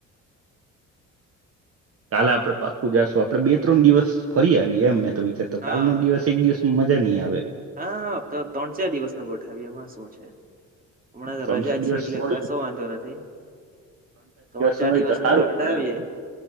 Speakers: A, on the right; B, on the right.
A: કાલે આપડે પાકું જાશું આપડે બે ત્રણ દિવસ ફરી આવી એમ મે વિચાર તો
B: હા
A: કાલ નો દિવસ એક દિવસ મ જની આવે.
B: હા હા તો ત્રણ ચાર દિવસ નોટ અઠાવ્યમાં શું છે હમણાં તો
A: ત્રણ
B: રજા
A: ચાર દિવસ
B: જ છે એટલે
A: હોય
B: કશો વાંધો નથી ત્રણ ચાર
A: ન હોય
B: દિવસ
A: તો
B: નો
A: સારું
B: ગડાવીએ
A: પડે એમ